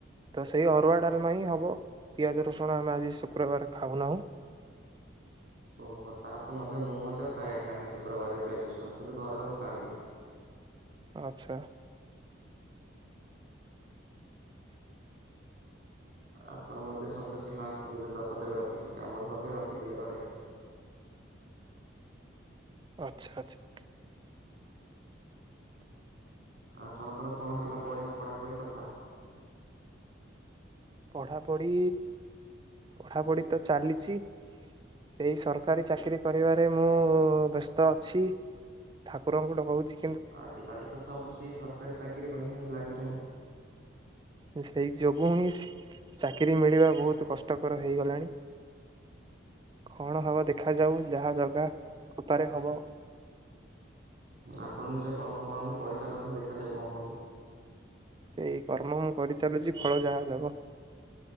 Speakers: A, on the right; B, on the right.
A: ତ ସେଇ ଅରୁଆ ଡାଲମା ହିଁ ହବ ପିଆଜ ରସୁଣ ଆମେ ଆଜି ଶୁକ୍ରବାର ଖାଉନାହୁଁ।
B: ଓହୋ ତାର ତ ମଧ୍ୟ ମୁଁ ମଧ୍ୟ ଖାଏ ନାହିଁ ଶୁକ୍ରବାରରେ ପିଆଜ ରସୁଣ କିନ୍ତୁ ଘର ଲୋକ ଖାଆନ୍ତି।
A: ଆଚ୍ଛା।
B: ଆପଣ ମଧ୍ୟ ସନ୍ତୋଷୀ ମାଙ୍କୁ ପୂଜା ବ୍ରତ କେବେ ରଖିଛନ୍ତି ଆମର ମଧ୍ୟ ରଖିଥିଲେ ଘରେ।
A: ଆଚ୍ଛା ଆଚ୍ଛା।
B: ଆପଣଙ୍କର କଣ ହେଲା ପଢିବା ପଢାପଢି କଥା?
A: ପଢ଼ାପଢ଼ି ପଢ଼ାପଢ଼ି ତ ଚାଲିଛି ସେଇ ସରକାରୀ ଚାକିରୀ କରିବାରେ ମୁଁ ବ୍ୟସ୍ତ ଅଛି ଠାକୁରଙ୍କୁ ଡଗଉଛି।
B: ଆଜି କାଲି ତ ସବୁ ସେଇ ସରକାରୀ ଚାକିରି ପାଇଁ ହିଁ ଲାଗିଛନ୍ତି।
A: ସେଇ ଯୋଗୁଁ ହିଁ ଚାକିରି ମିଳିବା ବହୁତ କଷ୍ଟକର ହେଇଗଲାଣି କଣ ହବ ଦେଖାଯାଉ ଯାହା ଜଗା କୃପା ରେ ହବ।
B: ଆପଣ ନିଜ କର୍ମ କରନ୍ତୁ ପଢିଚାଲନ୍ତୁ ଦେଖାଯାଉ କଣ ହଉଛି।
A: ସେଇ କର୍ମ ମୁଁ କରିଚାଲୁଛି ଫଳ ଯାହା ଦେବ